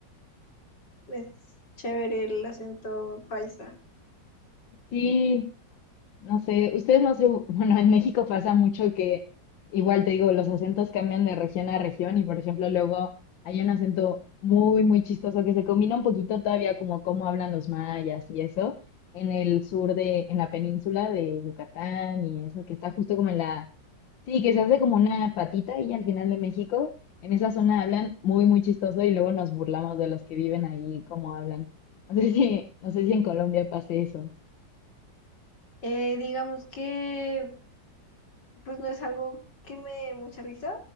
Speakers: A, on the left; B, on the left.
A: es chévere el acento paisa.
B: sí, No sé, ustedes no se, <laughs> bueno, en México pasa mucho que igual te digo, los acentos cambian de región a región y por ejemplo luego hay un acento muy, muy chistoso que se combina un poquito todavía como cómo hablan los mayas y eso en el sur de, en la península de Yucatán y eso, que está justo como en la, sí, que se hace como una patita y al final de México, en esa zona hablan muy, muy chistoso y luego nos burlamos de los que viven ahí, cómo hablan. No sé si, no sé si en Colombia pase eso.
A: Eh, digamos que, pues no es algo que me dé mucha risa,